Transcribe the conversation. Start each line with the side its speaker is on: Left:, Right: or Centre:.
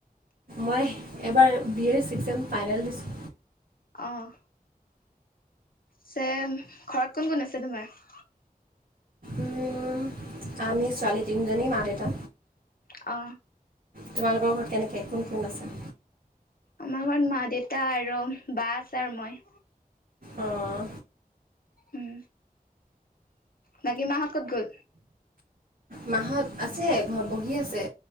Right: মই এবাৰ B A six sem final দিছোঁ
Left: অ যে ঘৰত কোন কোন আছে তোমাৰ?
Right: উম আমি ছোৱালী তিনিজনী মা দেতা
Left: অ
Right: তোমালোকৰ ঘৰত কেনেকে কোন কোন আছে?
Left: আমাৰ ঘৰত মা দেউতা আৰু বা আছে আৰু মই
Right: অঁ
Left: উম বাকি মা হ কত গ'ল?
Right: মাহত আছে ঘৰত বহি আছে